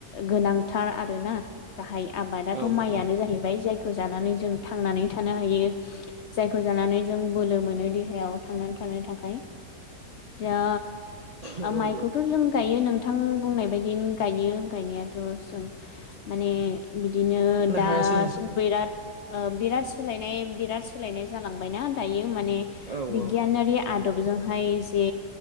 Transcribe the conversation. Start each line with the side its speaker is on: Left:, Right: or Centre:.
Left: गोनांथार आरोना गाहाइ आबादाथ'
Right: औ
Left: माइयनो जाहैबाय जाय जानानै जों थांनानै थानो हायो जायखौ जानानै जों बोलो मोनो देहायाव थांनानै थानो थाखाय दा
Right: औ
Left: माइखौथ'
Right: औ औ
Left: जों गायो नों थां बुंनाय बायदिनो गायो गायनायाथ'सुन माने बि बिदिनो
Right: होनो
Left: दासिम
Right: हायासै नोंथां
Left: बिराद ओ बिराद सोलायनाय बिराद सोलायनाय जालांबायना दायो माने
Right: औ औ
Left: बिगियानारि आद आदबजोंहाय जे